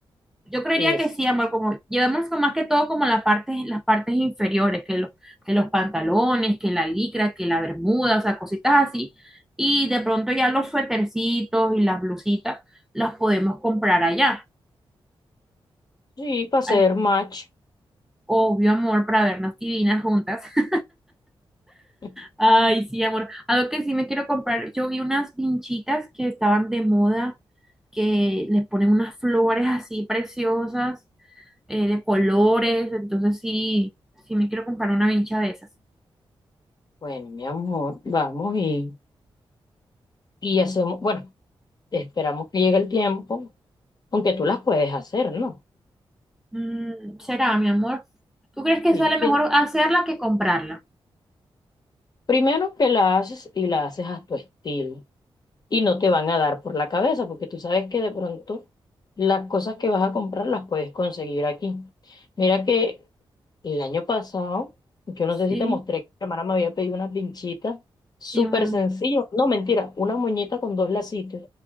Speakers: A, in the centre; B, on the left (about 45°).
A: Yo creería
B: Eso
A: que sí, amor,
B: sí.
A: como llevamos con- más que todo como las partes, las partes inferiores, que, lo- que los pantalones, que la licra, que la bermuda, o sea, cositas así. Y de pronto ya los suétercitos y las blusitas las podemos comprar allá.
B: Sí, para hacer
A: Ay,
B: match.
A: obvio, amor, para vernos divinas juntas. <laughs>
B: <laughs>
A: Ay, sí, amor. Algo que sí me quiero comprar, yo vi unas pinchitas que estaban de moda, que les ponen unas flores así preciosas. eh, de colores, entonces sí, sí me quiero comprar una vincha de esas.
B: Bueno, mi amor, vamos y, y hacemos, bueno, esperamos que llegue el tiempo, aunque tú las puedes hacer, ¿no?
A: Mm, será, mi amor. ¿Tú crees que
B: Sí,
A: sale
B: que-
A: mejor hacerla que comprarla?
B: primero que la haces y la haces a tu estilo. y no te van a dar por la cabeza, porque tú sabes que de pronto las cosas que vas a comprar las puedes conseguir aquí. Mira que el año pasado, yo no
A: Sí,
B: sé si te mostré que mi hermana me había pedido unas pinchitas súper
A: sí, mm,
B: sencillo, no mentira, una muñeca con dos lacitos